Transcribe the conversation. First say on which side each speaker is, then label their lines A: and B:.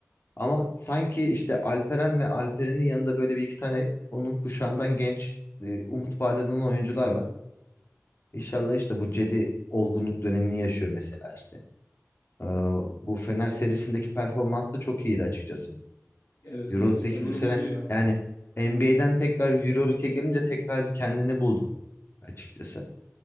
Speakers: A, on the left (about 50°); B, on the left (about 85°).
A: Ama sanki işte Alperen ve Alperen'in yanında böyle bir iki tane onun kuşağından genç e, umut vaat eden oyuncular var. İnşallah işte bu Cedi olgunluk dönemini yaşıyor mesela işte. Ee, bu Fener serisindeki performans da çok iyiydi açıkçası.
B: Evet
A: Euroleague'deki
B: evet kendini
A: bu sene
B: buldu ya.
A: yani NBA'den tekrar Euroleague'e gelince tekrar bir kendini buldu açıkçası.